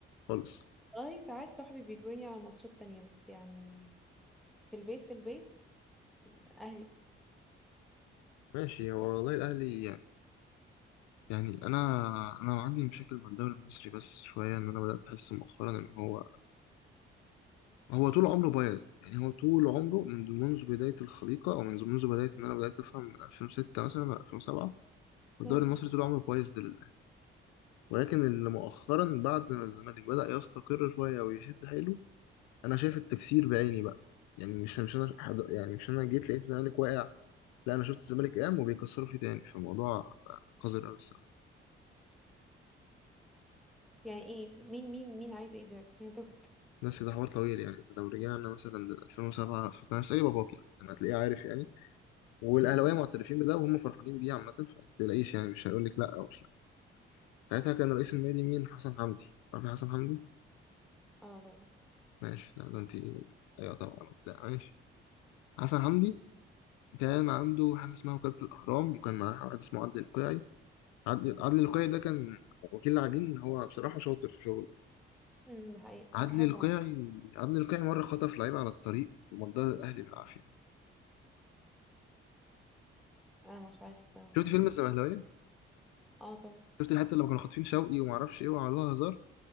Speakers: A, on the left; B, in the centre.
A: خالص
B: والله ساعات صاحبي بيجبرني على ماتشات تانية بس يعني في البيت في البيت اهلي بس
A: ماشي هو والله الأهلي يعني يعني أنا أنا عندي مشاكل مع الدوري المصري بس شوية إن أنا بدأت أحس مؤخرا إن هو هو طول عمره بايظ يعني هو طول عمره منذ منذ بداية الخليقة أو منذ منذ بداية إن أنا بدأت أفهم من 2006 مثلا أو 2007 والدوري
B: مم.
A: المصري طول عمره بايظ ده للأهلي ولكن اللي مؤخرا بعد ما الزمالك بدأ يستقر شوية ويشد حيله أنا شايف التكسير بعيني بقى يعني مش مش أنا حد يعني مش أنا جيت لقيت الزمالك واقع لا أنا شفت الزمالك قام وبيكسروا فيه تاني فالموضوع بقى قذر أوي الصراحة
B: يعني ايه مين مين مين عايز ايه دلوقتي عشان اتوهت
A: بس ده حوار طويل يعني لو رجعنا مثلا ل 2007 فانا اسالي باباك يعني مثلا هتلاقيه عارف يعني والاهلاويه
B: امم
A: معترفين بده وهم فرحانين بيه عامه فما تقلقيش يعني مش هيقول لك لا او مش لا ساعتها كان رئيس النادي مين حسن حمدي عارف حسن حمدي
B: اه طبعا
A: ماشي لا ده انت ايوه طبعا وبتاع ماشي حسن حمدي كان عنده حاجه اسمها وكاله الاهرام وكان معاه واحد اسمه عدلي القيعي عدلي عدلي القيعي ده كان وكيل لاعبين هو بصراحه شاطر في شغله يعني.
B: امم ده حقيقي
A: عدلي
B: أنا بحبه
A: القيعي
B: عم.
A: عدلي القيعي مره خطف لعيب على الطريق ومضاه الاهلي بالعافيه
B: انا مش عارفه الصراحه
A: شفت فيلم الزمهلاويه
B: اه طبعا
A: شفت الحته اللي كانوا خاطفين شوقي وما اعرفش ايه وعملوها هزار